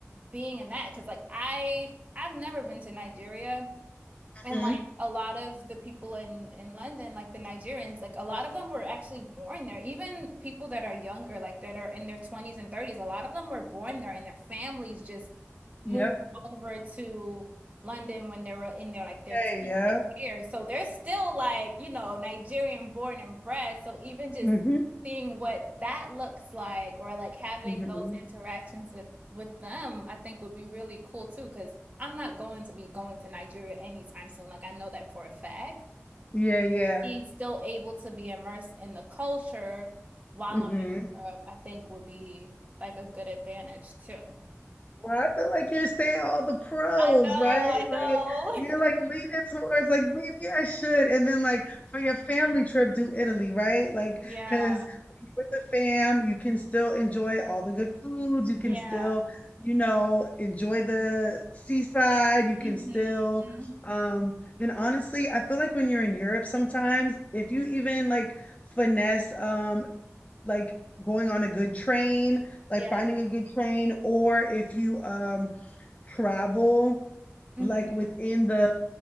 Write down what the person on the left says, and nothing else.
Mm-hmm.
Yep.
Hey,
yeah.
<laughs>
hmm
Yeah, yeah.
hmm
Well, I feel like you're saying all the pros,
right?
Like you're like
leaning towards like maybe I should, and then like for your family trip, do Italy, right? Like
because with the fam, you can still enjoy all the good foods. You can
still, you know, enjoy the seaside. You can
still, um, and honestly, I feel like when you're in Europe, sometimes if you even like finesse, um. like going on a good train,
like finding a good train, or if you um travel
like within the